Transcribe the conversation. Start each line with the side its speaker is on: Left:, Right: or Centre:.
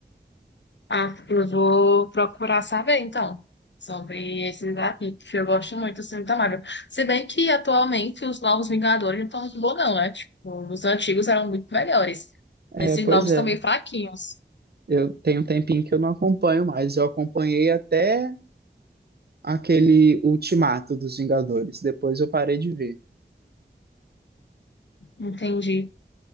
Left: Ah, eu vou procurar saber, então, sobre esses aqui, que eu gosto muito do filme da Marvel. Se bem que, atualmente, os novos Vingadores não estão muito bons, não, né? Tipo, os antigos eram muito melhores.
Right: É,
Left: Esses
Right: pois
Left: novos
Right: é.
Left: estão meio fraquinhos.
Right: Eu tenho um tempinho que eu não acompanho mais. Eu acompanhei até aquele Ultimato dos Vingadores. Depois eu parei de ver.
Left: Entendi.